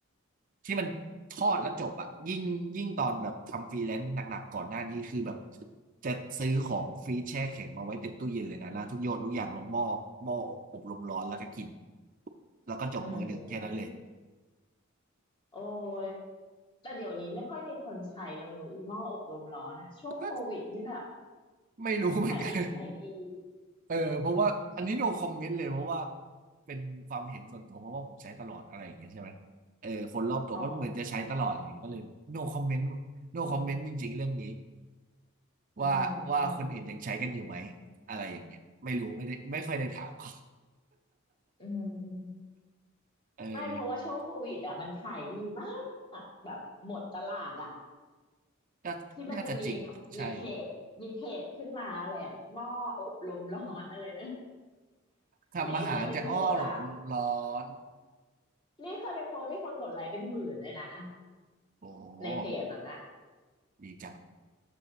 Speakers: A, on the right (about 40°); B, on the left (about 25°).
A: ที่มันทอดแล้วจบอะยิ่งยิ่งตอนแบบทำฟรีแลนซ์หนักๆก่อนหน้านี้คือแบบจะซื้อของฟรีซแช่แข็งมาไว้เต็มตู้เย็นเลยนะแล้วทุกโยนทุกอย่างลงหม้อหม้ออบลมร้อนแล้วก็กินแล้วก็จบมื้อหนึ่งแค่นั้นเลย
B: อืมโอ้ยแต่เดี๋ยวนี้ไม่ค่อยมีคนใช้แล้วเนอะอีหม้ออบลมร้อนอะช่วงโควิดนี่แบบ
A: ก็ไม่รู้เหมือนกัน
B: ขายดิบขายดี
A: เออเพราะว่าอันนี้ no comment เลยเพราะว่าเป็นความเห็นส่วนตัวเพราะว่าผมใช้ตลอดอะไรอย่างเงี้ยใช่ไหมเออคนรอบตัวก็เหมือนจะใช้ตลอดอะไรอย่างเงี้ยก็เลยแบบ
B: อ๋อ
A: no comment no comment จริงๆเรื่องนี้
B: อืมอืม
A: ว่าว่าคนอื่นยังใช้กันอยู่ไหมอะไรอย่างเงี้ยไม่รู้ไม่ได้ไม่ค่อยได้ถามเขา
B: อืมอืม
A: เออ
B: ไม่เพราะว่าช่วงโควิดอ่ะมันขายดีมากแบบหมดตลาดอ่ะ
A: น่าน่าจะจริงใช่
B: ที่มันจะมีมีเพจมีเพจขึ้นมาอะไรอ่ะหม้ออบลมร้อนอะไรนะ
A: ทำอาหารจากอ้อโหลลมร้อน
B: ลี่เคยไปโพสต์อ่ะลี่เคยไปโพสต์มีคนกดไลค์เป็นหมื่นเลยนะอะ
A: โอ้โห
B: ในเพจนั้นอ่ะ
A: ดีจัง